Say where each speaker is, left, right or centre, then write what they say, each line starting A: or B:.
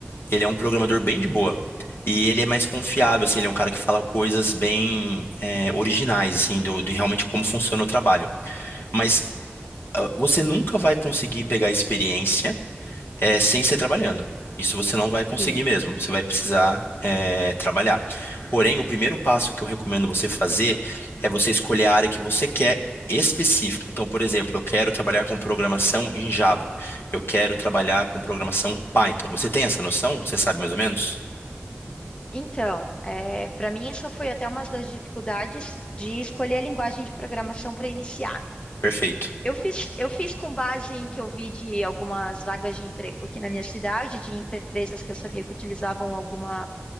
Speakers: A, on the left; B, on the left.
A: Ele é um programador bem de boa. E ele é mais confiável, assim, ele é um cara que fala coisas bem é, originais, assim, do, de realmente como funciona o trabalho. Mas ah, você nunca vai conseguir pegar a experiência é, sem ser trabalhando. Isso você não vai conseguir
B: Sim.
A: mesmo. Você vai precisar, é, trabalhar. Porém, o primeiro passo que eu recomendo você fazer é você escolher a área que você quer específica. Então, por exemplo, eu quero trabalhar com programação em Java. Eu quero trabalhar com programação Python. Você tem essa noção? Você sabe mais ou menos?
B: Então, para mim, essa foi até uma das dificuldades de escolher a linguagem de programação para iniciar
A: Perfeito.
B: Eu fiz, eu fiz com base em que eu vi de algumas vagas de emprego aqui na minha cidade, de empresas que eu sabia que utilizavam alguma